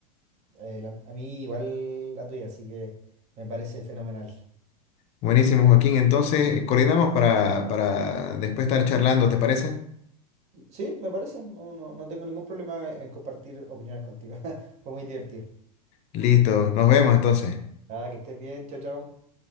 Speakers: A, on the right; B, on the left.
A: Eh, la- a mí igual la tuya, así que me parece fenomenal.
B: Buenísimo, Joaquín. Entonces, coordinamos para, para después estar charlando, ¿te parece?
A: Sí, me parece, no, no, no tengo ningún problema en compartir opiniones contigo. <laughs> Fue muy divertido.
B: Listo, nos vemos entonces.
A: Nada, que estés bien, chao, chao.